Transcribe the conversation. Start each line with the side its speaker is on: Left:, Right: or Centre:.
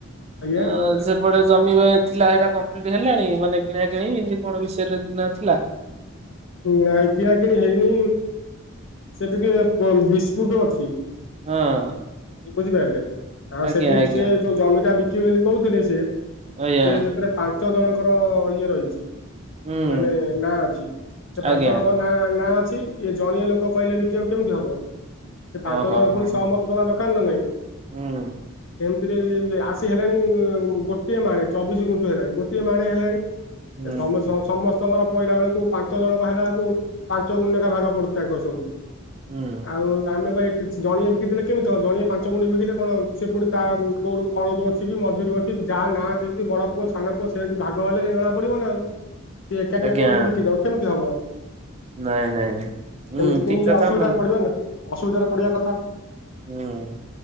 Left: ଆଜ୍ଞା
Right: ଅଁ ସେ ଏପଟେ ଜମି ବା ଥିଲା ହେଟା କମ୍ପ୍ଲିଟ୍ ହେଲାଣି ମାନେ କିଣା କିିଣି ଏମିତି କଣ ବିଷୟରେ ନ ଥିଲା?
Left: ନାଇଁ କିଣାକିଣି ହେଇନି ସେଠି ଟିକେ ପ ବିସ୍ପୁଟ ଅଛି।
Right: ହଁ।
Left: ବୁଝିପାରିଲେ ଆ
Right: ଆଜ୍ଞା
Left: ସେଠି
Right: ଆଜ୍ଞା
Left: ସେ ଯୋଉ ଜମିଟା ବିକିବେ ବୋଲି କହୁଥିଲେ ସେ ସିଏ
Right: ଆଜ୍ଞା
Left: ସେଥିରେ ପାଞ୍ଚ ଜଣଙ୍କର ଇଏ ରହିଚି।
Right: ହୁଁ।
Left: ମାନେ ନାଁ ଅଛି ସେ ପାଞ୍ଚ
Right: ଆଜ୍ଞା
Left: ଜଣଙ୍କ ନାଁ ନାଁ ଅଛି ଇଏ ଜଣିଏ ଲୋକ କହିଲେ ବିକିବାକୁ କେମିତି ହବ ସେ ପାଞ୍ଚ
Right: ହଁ ହଁ
Left: ଜଣ
Right: ହଁ
Left: ପୁଣି ସହମତ ଦବା ଦରକାରାନ ନା ନାଇଁ।
Right: ହୁଁ।
Left: ଏମିତିରେ ବି ଆସି ହେଲାଣି ଗୋଟିଏ ମାଣେ ଚବିଶି ଗୁଣ୍ଠୁ ହେଲାଣି ଗୋଟିଏ ମାଣେ ହେଲାଣି।
Right: ହୁଁ
Left: ଏ ସମ <unintelligible> ସମସ୍ତ ଙ୍କର ପହିଲା ବେଳକୁ ପାଞ୍ଚ ଜଣଙ୍କ ହେଲା ବେଳକୁ ପାଞ୍ଚ ଗୁଣ ଲେଖା ଭାଗ ପଡୁ ତାଙ୍କର ସବୁ।
Right: ହୁଁ।
Left: ଆଉ ଆମେ କ ଏକ ଜଣିଏ ବିକିଥିଲେ କେମିତି ଜଣିଏ ପାଞ୍ଚ ଗୁଣି ବିକିଲେ କଣ ସେ ପୁଣି ତା କୋଉଠୁ କଣରୁ ଅଛି କି ମଝରୁ ଅଛି ଯାହା ନାଁ ଯେମିତି ବଡ ପୁଅ ସାନ ପୁଅ ସେମିତି ଭାଗ ହେଲେ ଯାଇ ଜଣା ପଡିବ ନା ଆଉ ସିଏ ଏକାଠି
Right: ଆଜ୍ଞା
Left: କହୁଚି ବିକିଦବ କେମିତି ହବ?
Right: ନାଇଁ ନାଇଁ ହୁଁ
Left: ସେମିତି
Right: ଠିକ
Left: କିଣିଲେ
Right: କଥା
Left: ଅସୁବିଧାରେ
Right: ନା
Left: ପଡିବାନା ଅସୁବିଧାରେ ପଡିବା କଥା।
Right: ହୁଁ।